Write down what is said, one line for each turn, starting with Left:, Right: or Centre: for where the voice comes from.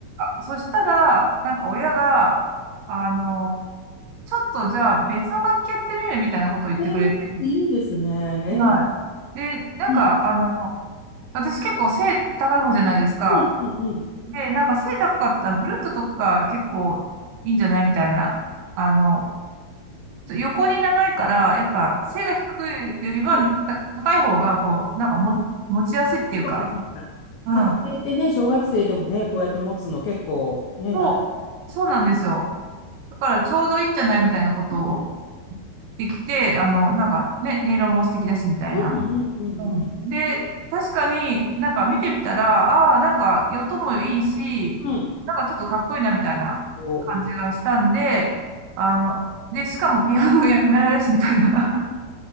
Right: そしたら、なんか親が、あの、ちょっとじゃあ別の楽器やってみるみたいなことを言ってくれて、
Left: へえ、いいですね。へえ。
Right: はい。で、なんか、
Left: うん、
Right: あの、私結構背高い方じゃないですか。
Left: うん、うん、うん。
Right: で、なんか背高かったらフルートとか結構いいんじゃないみたいな。あの、横に長いから、やっぱ背が低いよりはた高い方が、
Left: うん、
Right: こう、なんかも持ちやすいっていうか、
Left: そうかそうか。
Right: うん。
Left: 家庭ってね、小学生でもね、こうやって持つの結構ね、
Right: そ
Left: 大変
Right: う、そうなんですよ。だからちょうどいいんじゃないみたいなことを
Left: うん、うん
Right: できて、あの、なんかね、音色も素敵だしみたいな。
Left: うんうんうん。
Right: うんで、確かになんか見てみたら、ああ、なんか音もいいし、
Left: うん。
Right: なんかちょっとかっこいいなみたいな感じがしたんで、
Left: こい。
Right: あの、で、しかもピアノやめられるしみたいな、<laughs>